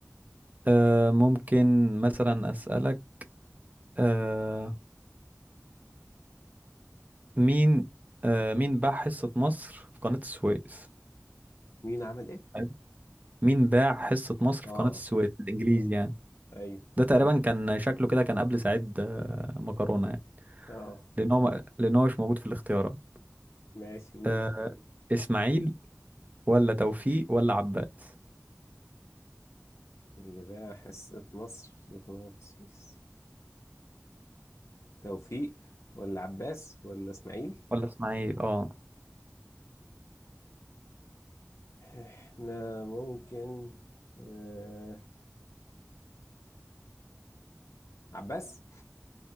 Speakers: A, on the right; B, on the left.
A: آه ممكن مثلا أسألك آه مين آه مين باع حصة مصر في قناة السويس
B: مين عمل ايه؟
A: حلو. مين باع حصة مصر
B: اه
A: في قناة السويس الإنجليزي
B: اه
A: يعني
B: ايوه
A: ده تقريبا كان شكله كده كان قبل سعيد آه، مكرونة يعني
B: اه
A: لأن هو لأن هو مش موجود في الاختيارات
B: ماشي قول
A: آه، إسماعيل ولا توفيق ولا عباس
B: اللي باع حصة مصر لقناة السويس توفيق ولا عباس ولا اسماعيل؟
A: ولا اسماعيل اه
B: احنا ممكن آه... عباس